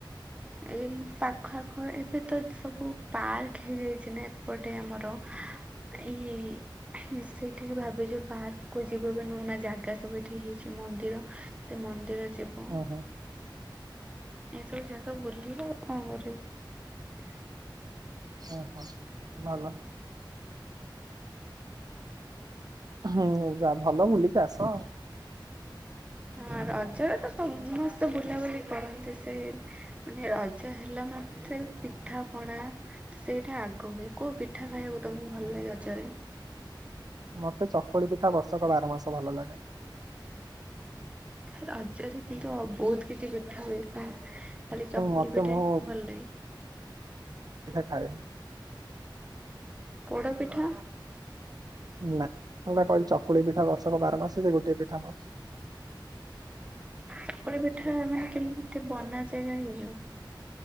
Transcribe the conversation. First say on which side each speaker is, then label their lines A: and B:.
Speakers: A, on the right; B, on the right.
A: ଏଇ ପାଖ ଆଖ ଏବେ ତ ସବୁ ପାର୍କ ହେଇଯାଇଛି ନା ଏପଟେ ଆମର ଏଇ ସେଇଠିକି ଭାବିଛୁ ପାର୍କକୁୁ ଯିବୁ ଏ ନୂଆ ନୂଆ ଜାଗା ସବୁ ଠି ହେଇଛି ମନ୍ଦିର ସେ ମନ୍ଦିର ଯିବୁ
B: ଓହୋ
A: ଏସବୁ ଜାଗା ବୁଲିବୁ କଣ କରିବୁ
B: ହଁ ହଁ ଭଲ ହୁଁ ଯା ଭଲ ବୁଲିକି ଆସ
A: ହଁ ରଜରେ ତ ସମସ୍ତେ ବୁ ବୁଲା ବୁଲି କରନ୍ତି ସେ ମାନେ ରଜ ହେଲା ମାତ୍ରେ ପିଠା ପଣା ସେଇଟା ଆଗ ହୁଏ କୋଉ ପି ପିଠା ଖାଇବାକୁ ତମକୁ ଭଲ ଲାଗେ ରଜରେ
B: ମତେ ଚକୁଳି ପିଠା ବର୍ଷକ ବାର ମାସ ଭଲ ଲାଗେ।
A: ରଜରେ କିନ୍ତୁ ବହୁତ କିଛି ପିଠା ହୁଏ ପା ଖାଲି ଚକୁଳି
B: ମତେ
A: ପିଠା
B: ମୁଁ
A: ହିଁ ଭଲ ଲାଗେ।
B: ଖାଏନି
A: ପୋଡ ପିଠା
B: ନା ମୁଁ ବା କହିଲି ଚକୁଳି ପିଠା ବର୍ଷକ ବାର ମାସ ଯେ ଗୋଟଏ ପିଠା ମୁଁ
A: ଚକୁଳି ପିଠା ମାନେ କେମିତି ବନାଯାଏ ଜାଣିଚ